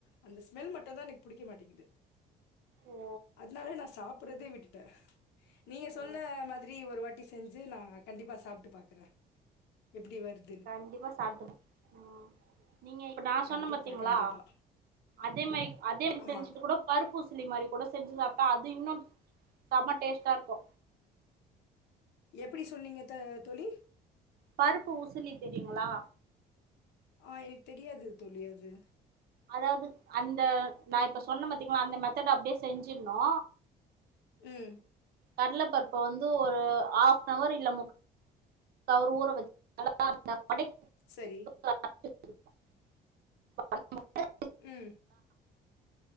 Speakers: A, on the left; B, on the right.
A: அந்த ஸ்மெல் மட்டுதா எனக்கு பிடிக்க மாட்டேங்குது
B: ஓ
A: அதுனால நா சாப்படுறதே விட்டுட்டே நீங்க
B: ஓ
A: சொன்ன மாதிரி ஒரு வாட்டி செஞ்சு நா கண்டிப்பா சாப்ட்டு பாக்குறே எப்பிடி வருது
B: கண்டிப்பா சாப்பிடுங்க உம் நீங்க இப்போ நா
A: கண்டிப்பா,
B: சொன்னே பாத்தீங்களா
A: கண்டிப்பா.
B: அதே மாரி அதே மாரி
A: ஆமா.
B: செஞ்சுட்டு கூட பருப்பூசிலி மாரி கூட செஞ்சு சாப்பிட்டா அது இன்னு செம டேஸ்ட்டா இருக்கு
A: எப்படி சொன்னீங்க த தோழி
B: பருப்பு உசிலி தெரியுங்களா
A: ஆ எனக்கு தெரியாது தோழி அது
B: அதாவது அந்த நா இப்ப சொன்ன பாத்தீங்காள அந்த மெத்தட் அப்படியே செஞ்சிருனு
A: உம்
B: கடல பருப்ப வந்து ஒரு ஆப்ன்னவர் இல்ல முக் சவரு ஊற வச்சு அத படை
A: சரி
B: ஆ
A: உம்